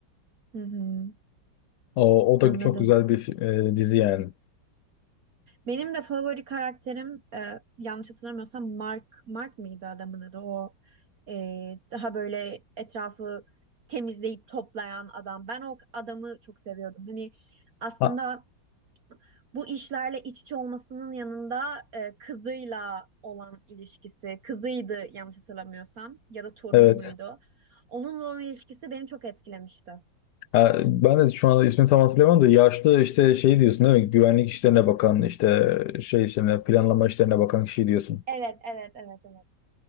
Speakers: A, on the right; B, on the left.
A: Hı hı.
B: O, o
A: Anladım.
B: da çok güzel bir fi- e, dizi yani.
A: Benim de favori karakterim e, yanlış hatırlamıyorsam Mark Mark mıydı adamın adı o e, daha böyle etrafı temizleyip toplayan adam. Ben o adamı çok seviyordum. Hani aslında
B: Ha,
A: bu işlerle iç içe olmasının yanında e, kızıyla olan ilişkisi, kızıydı yanlış hatırlamıyorsam ya da torunu
B: evet.
A: muydu? Onunla olan ilişkisi beni çok etkilemişti.
B: Ha, ben de şu anda ismini tam hatırlayamam da yaşlı işte şey diyorsun değil mi? Güvenlik işlerine bakan işte şey işlerine planlama işlerine bakan kişi diyorsun.
A: Evet, evet, evet, evet.